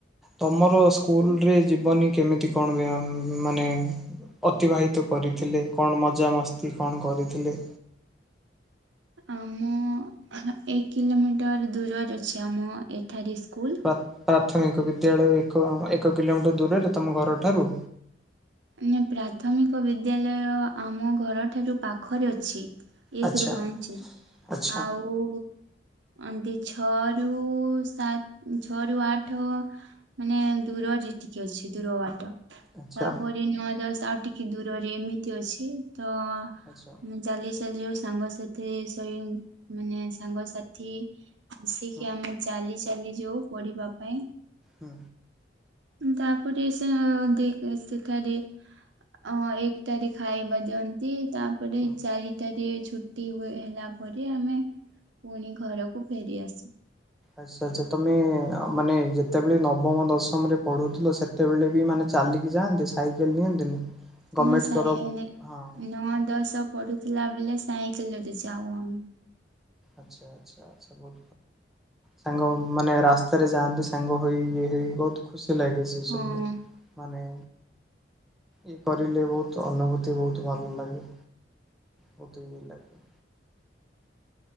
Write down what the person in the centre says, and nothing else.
ତମର ସ୍କୁଲ ରେ ଜୀବନି କେମିତି କଣ ମାନେ ଅତିବାହିତ କରିଥିଲେ କଣ ମଜାମସ୍ତି କଣ କରିଥିଲେ
ପ୍ରା ପ୍ରାଥମିକ ବିଦ୍ୟାଳୟ ଏକ ଏକ କିଲୋମିଟର ଦୂରରେ ତମ ଘରଠାରୁ?
ଆଚ୍ଛା
ଆଚ୍ଛା
ଆଚ୍ଛା।
ଆଛା।
ହୁଁ
ହୁଁ।
ହୁଁ।
ଆଚ୍ଛା ଆଚ୍ଛା ତମେ ମାନେ ଯେତେବେଳେ ନବମ ଦଶମରେ ପଢୁଥିଲ ସେ ସେତେବେଳେ ବି ମାନେ ଚାଲିକି ଯାଆନ୍ତି ସାଇକେଲ ନିଅନ୍ତିନି? ଗଭର୍ଣ୍ଣମେଣ୍ଟ
ତରଫ
ହଁ
ଆଚ୍ଛା ଆଚ୍ଛା ଆଛା ବହୁ ସାଙ୍ଗମାନେ ରାସ୍ତାରେ ଯାଆନ୍ତି ସାଙ୍ଗ ହେଇ ଇଏ ହେଇ ବହୁତ ଖୁସି ଲାଗେ। ସେ
ସବୁ ମାନେ ଇ କରିଲେ ବହୁତ ଅନୁଭୂତି ବହୁତ ଭଲ ଲାଗେ। ବହୁତ ଭଲ ଲାଗା।